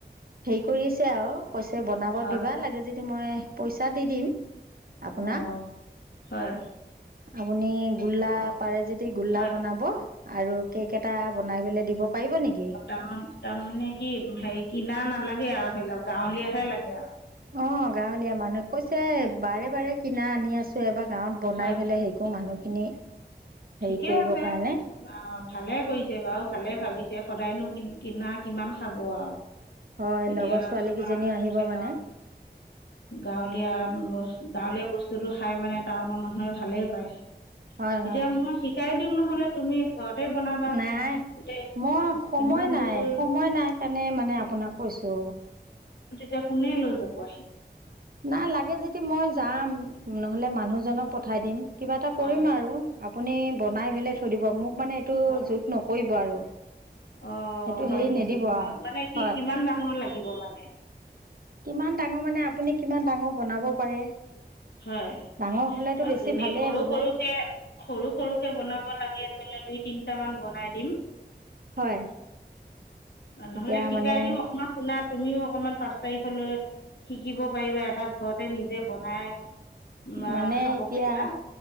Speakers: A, on the right (about 55°); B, on the left (about 85°).
A: হেৰি কৰি আছে আৰু কৈছে বনাব
B: হয়
A: দিবা লাগে যদি মই পইচা দি দিম আপোনাক
B: অ', হয়,
A: আপুনি গোল্লা
B: অঁ
A: পাৰে যদি গল্লা
B: হয়
A: বনাব আৰু কেক এটা বনাই পলে দিব পাৰিব নেকি?
B: তাৰ তাৰমানে কি হেৰি কিনা নালাগে আৰু ধৰি লওক গাঁৱলীয়াহে লাগে আৰু
A: অ', গাঁৱলীয়া মানুহ কৈছে বাৰে বাৰে কিনা আনি আছো এবাৰ গাঁৱত বনাই
B: হয়
A: পেলাই সেইকো মানুহখিনি হেৰি
B: ঠিকে
A: কৰিবৰ
B: আছে
A: কাৰণে
B: অ', ভালে কৰিছে বাৰু ভালে ভাবিছে সদায়নো কিনা কিমান খাব আৰু।
A: হয়
B: এতিয়া
A: লগৰ ছোৱালীকেইজনীও
B: দোকান
A: আহিব
B: <unintelligible>
A: মানে
B: গাঁৱলীয়া গাঁৱলীয়া বস্তুটো খাই মানে টাউনৰ মানুহে ভালেই পায়।
A: হয় হয়
B: এতিয়া মই শিকাই দিওঁ নহলে তুমি ঘৰতে বনাবা।
A: নাই
B: এতিয়া
A: মই সময়
B: ইমান
A: নাই,
B: দূৰ
A: সময় নাই কাৰণে মানে আপোনাক কৈছো।
B: এতিয়া কোনে লৈ যাব আহি?
A: নাই লাগে যেদি মই যাম নহলে মানুহজনক পঠাই দিম। কিবা এটা
B: হয়
A: কৰিম
B: হয়
A: আৰু আপুনি বনাই পেলাই থৈ দিব মোক মানে এইটো
B: হয়
A: যুত নকৰিব আৰু
B: অ',
A: সেইটো
B: হয়
A: হেৰি
B: নেকি
A: নিদিব আৰু
B: মানে কি
A: হয়
B: কিমান ডাঙৰ লাগিব মানে?
A: কিমান ডাঙৰ মানে আপুনি কিমান ডাঙৰ বনাব পাৰে
B: হয়।
A: ডাঙৰ হ'লেতো বেছি
B: যদি
A: ভালেই
B: সৰু
A: হ'ব
B: সৰুকে সৰু সৰুকে বনাব লাগে ধৰি লও দুই তিনটা মান বনাই দিম।
A: হয়
B: নহলে
A: এতিয়া
B: শিকাই
A: মানে
B: দিম অকণমান শুনা তুমিয়ো অকনমান পাঁচ তাৰিখলৈ শিকিব পাৰিবা এটা ঘৰতে নিজে বনাই। বা
A: মানে
B: খাব
A: এতিয়া
B: পাৰিবা